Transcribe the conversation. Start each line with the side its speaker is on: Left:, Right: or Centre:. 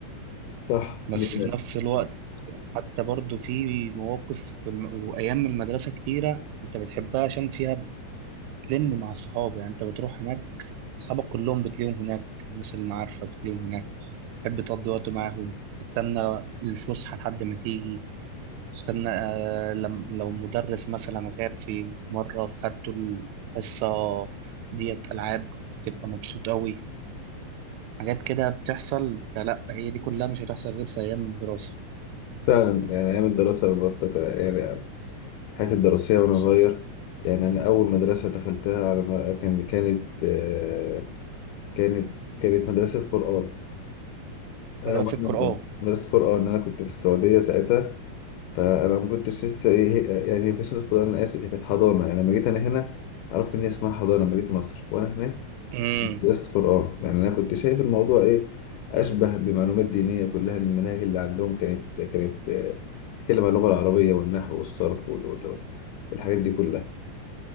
Left: صح
Right: بس
Left: دي
Right: في نفس الوقت حتى برضو في مواقف في الم... وايام المدرسة كتيرة انت بتحبها عشان فيها بتلم مع الصحاب يعني انت بتروح هناك اصحابك كلهم بتلاقيهم هناك الناس اللي معارفة بتلاقيهم هناك تحب تقضي وقت معاهم تستنى الفسحة لحد ما تيجي استنى آه، لم لو مدرس مثلا غاب في مرة فخدته الحصة ديت ألعاب تبقى مبسوط أوي حاجات كده بتحصل ده لأ هي دي كلها مش هتحصل غير في أيام الدراسة
Left: فعلا يعني أيام الدراسة لما بفتكر يعني حياتي الدراسية وأنا صغير يعني أنا أول مدرسة دخلتها على ما كان كانت آه، كانت كانت مدرسة قرآن أنا
Right: مدرسة
Left: وأنا-
Right: قرآن
Left: مدرسة قرآن أنا كنت في السعودية ساعتها فأنا ما كنتش لسه إيه يعني ما كانتش مدرسة قرآن أنا آسف هي كانت حضانة يعني لما جيت أنا هنا عرفت إن هي اسمها حضانة لما جيت مصر وأنا هناك
Right: امم
Left: درست قرآن يعني أنا كنت شايف الموضوع إيه أشبه بمعلومات دينية كلها المناهج اللي عندهم كانت كانت آه، تتكلم عن اللغة العربية والنحو والصرف وال- وال- والحاجات دي كلها